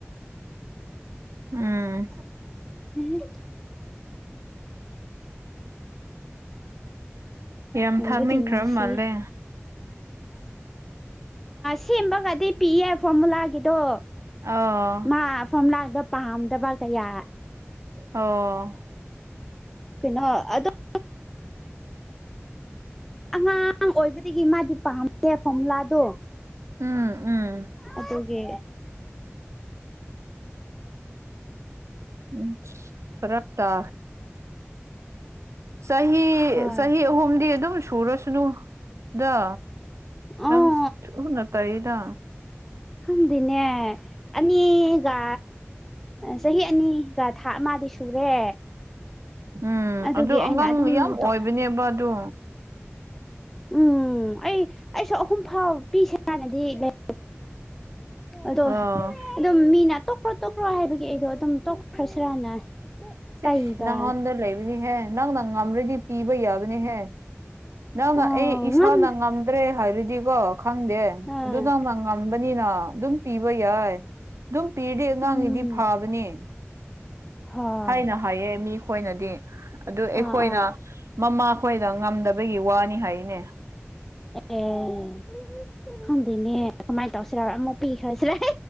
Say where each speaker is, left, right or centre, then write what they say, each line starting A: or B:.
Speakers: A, on the right; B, in the centre.
A: ꯎꯝ
B: ꯎꯝ
A: ꯌꯥꯝ
B: ꯅꯨꯡꯕꯨꯗꯤ
A: ꯊꯥꯛꯅꯤꯡꯈ꯭ꯔ
B: ꯅꯨꯡꯁꯤꯌꯦ
A: ꯃꯥꯜꯂꯦ
B: ꯁꯦꯝꯕꯒꯗꯤ ꯄꯤꯌꯦ ꯐꯣꯔꯃꯨꯂꯥꯒꯤꯗꯣ
A: ꯑꯥ
B: ꯃꯥ ꯐꯣꯝꯂꯥꯛꯗ ꯄꯥꯝꯗꯕ ꯀꯌꯥ
A: ꯑꯣ
B: ꯀꯩꯅꯣ ꯑꯗꯨꯝ ꯑꯉꯥꯡ ꯑꯉꯥꯡ ꯑꯣꯏꯕꯗꯒꯤ ꯃꯥꯗꯤ ꯄꯥꯝꯗꯦ ꯐꯣꯔꯃꯨꯂꯥꯗꯣ
A: ꯎꯝ ꯎꯝ
B: ꯑꯗꯨꯒꯤ
A: ꯎꯝ ꯐꯔꯛꯇꯦ ꯆꯍꯤ
B: ꯍꯣꯏ
A: ꯆꯍꯤ ꯑꯍꯨꯝꯗꯤ ꯑꯗꯨꯝ ꯁꯨꯔꯁꯅꯨꯗ
B: ꯑꯣ
A: ꯅꯪ ꯎꯅ ꯀꯔꯤꯗ
B: ꯍꯪꯗꯅꯦ ꯑꯅꯤꯒ ꯆꯍꯤ ꯑꯅꯤꯒ ꯊꯥ ꯑꯃꯗꯤꯗꯤ ꯁꯨꯔꯦ
A: ꯎꯝ
B: ꯑꯗꯨꯒꯤ
A: ꯑꯗꯨ
B: ꯑꯩꯅ
A: ꯑꯉꯥꯡ
B: ꯑꯗꯨꯝ
A: ꯌꯥꯝ
B: ꯇꯣꯛ
A: ꯑꯣꯏꯕꯅꯦꯕ ꯑꯗꯨ
B: ꯎꯝ ꯑꯩ ꯑꯩꯁꯨ ꯑꯍꯨꯝ ꯐꯥꯎ ꯄꯤꯁꯔꯥꯟꯅꯗꯤ ꯂꯩ ꯑꯗꯣ
A: ꯑꯥ
B: ꯑꯗꯨꯝ ꯃꯤꯅ ꯇꯣꯛꯈ꯭ꯔꯣ ꯇꯣꯛꯈ꯭ꯔꯣ ꯍꯥꯏꯕꯒꯤ ꯑꯩꯗꯣ ꯑꯗꯨꯝ ꯇꯣꯛꯈ꯭ꯔꯁꯤꯔꯥꯅ
A: ꯁꯤꯅꯥ
B: ꯇꯩꯕ
A: ꯍꯣꯟꯗ ꯂꯩꯕ ꯍꯦ ꯅꯪꯅꯪ ꯉꯝ꯭ꯔꯗꯤ ꯄꯤꯕ ꯌꯥꯕꯅꯦꯍꯦ ꯅꯪꯅ
B: ꯑꯣ
A: ꯑꯩ ꯏꯁꯥꯅ
B: ꯉꯝ
A: ꯉꯝꯗ꯭ꯔꯦ ꯍꯥꯏꯔꯗꯤꯀꯣ ꯈꯪꯗꯦ
B: ꯑꯥ
A: ꯑꯗꯨ ꯅꯪꯅ ꯝꯕꯅꯤꯅ ꯑꯗꯨꯝ ꯄꯤꯕ ꯌꯥꯏ ꯑꯗꯨꯝ ꯄꯤꯔꯗꯤ ꯑꯉꯥꯡꯁꯤꯗꯤ
B: ꯎꯝ
A: ꯐꯥꯕꯅꯦ
B: ꯍꯣꯏ
A: ꯍꯥꯏꯅ ꯍꯥꯏꯌꯦ ꯃꯤ ꯈꯣꯏꯅꯗꯤ ꯑꯗꯨ ꯑꯩꯈꯣꯏꯅ
B: ꯑꯥ ꯑꯥ
A: ꯃꯃꯥ ꯈꯈꯣꯏꯗ ꯉꯝꯗꯕꯒꯤ ꯋꯥꯅꯤ ꯍꯥꯏꯅꯦ
B: ꯑꯦ ꯈꯪꯗꯣꯏꯅꯦ ꯀꯃꯥꯏꯅ ꯇꯧꯁꯤꯔ ꯑꯃꯨꯛ ꯄꯤꯈ꯭ꯔꯁꯤꯔ